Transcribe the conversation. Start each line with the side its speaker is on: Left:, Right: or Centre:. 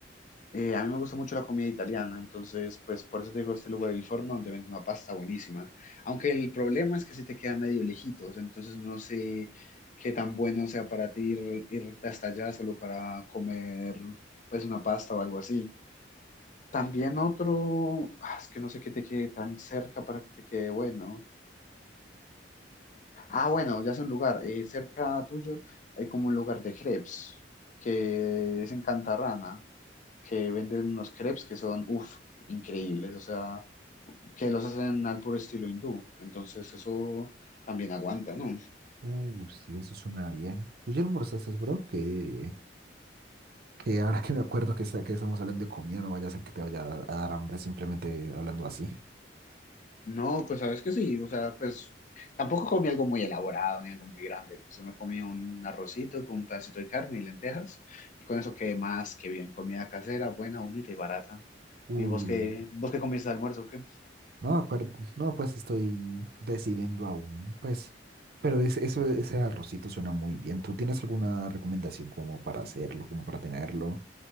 Left: Eh, a mí me gusta mucho la comida italiana, entonces, pues por eso te digo este lugar del forno donde venden una pasta buenísima. Aunque el problema es que sí te queda medio lejitos, entonces no sé qué tan bueno sea para ti ir, irte hasta allá solo para comer, pues, una pasta o algo así. También otro, ah, es que no sé qué te quede tan cerca para que te quede bueno. Ah, bueno, ya sé un lugar, eh, cerca tuyo hay como un lugar de crepes que es en Cantarrana. que venden unos crepes que son, uff, increíbles, o sea, que los hacen al puro estilo hindú, entonces eso también aguanta, ¿no?
Right: Uh, sí, eso suena bien. ¿Tú ya almorzaste, bro? ¿Qué, Que ahora que me acuerdo que, está, que estamos hablando de comida, no vaya a ser que te vaya a, a dar hambre simplemente hablando así.
Left: No, pues sabes que sí, o sea, pues tampoco comí algo muy elaborado ni algo muy grande, pues yo sí me comí un arrocito con un pedacito de carne y lentejas, y con eso quedé más que bien, comida casera, buena, bonita y barata.
Right: Uh,
Left: ¿Y vos qué, vos qué comiste de almuerzo, o qué?
Right: No, acuerdo, no, pues estoy decidiendo aún, pues. Pero es- eso, ese arrocito suena muy bien. ¿Tú tienes alguna recomendación como para hacerlo, como para tenerlo?